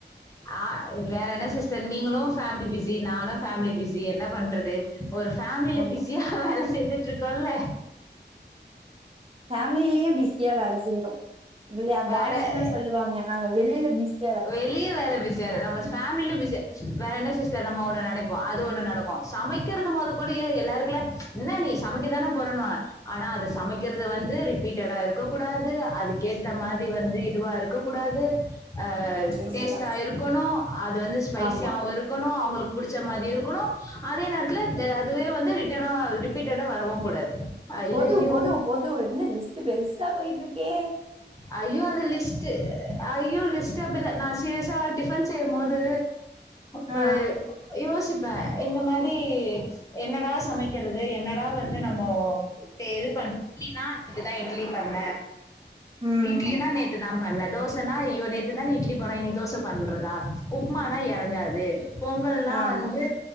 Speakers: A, on the left; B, on the right.
A: ஆ வேற என்ன சிஸ்டர் நீங்களு ஃபேமலி பிஸி நானு ஃபேமிலி பிஸி என்ன பண்றது ஒரு ஃபேமிலில
B: ஆமா
A: பிஸியா வேல செஞ்சுட்ருக்கோல
B: ஃபேமிலியே பிஸியா வேல செய்றோ இது யார்
A: வேற
B: பாய்ஸ்லா சொல்லுவாங்க நாங்க வெளில பிஸி
A: வெளிய வேல பிஸியா இருக்கு ஆமா சிஸ் ஃபேமிலியு பிஸி வேற என்ன சிஸ்டர் நம்ம ஒண்ணு நெனைப்போ அது ஒண்ணு நடக்கு சமைக்கிறது மொத கூட ஏ எல்லாருக்குள்ள என்ன நீ சமைக்க தானே போறண்ணுவாங்க ஆனா அத சமைக்கிறத வந்து ரிப்பீட்டடா இருக்க கூடாது அதுக்கேத்த மாரி வந்து இதுவா இருக்க கூடாது அ
B: அதேதா
A: டேஸ்டா இருக்கணு அது வந்து ஸ்பைசியாவு
B: ஆமா
A: இருக்கணு அவுங்ளுக் புடிச்ச மாதி இருக்கணு அதே நேரத்துல அதுவே வந்து ரிட்டனா ரிப்பீட்டடா வரவு கூடாது ஐயையோ
B: போது போது போது என்ன லிஸ்ட்டு பெருசா போயிட்ருக்கே
A: ஐயோ அது லிஸ்ட்டு ஐயோ லிஸ்ட்டு அப்டிதா நா சீரியஸா டிஃபன் செய்யும் போது ப
B: ஆ
A: யோசிப்பே இந்த மாதி என்னடா சமைக்கிறது என்னடா வந்து நம்மோ இப்ப எது பண் இட்லினா இதுதா இட்லி பண்ண
B: ம்
A: இட்லினா நேத்துதா பண்ண தோசனா ஐயோ நேத்துதான இட்லி பண்ண இன்னிக்கு தோச பன்றதா உப்மானா இறங்காது பொங்கல்லா
B: ஆமா
A: வந்து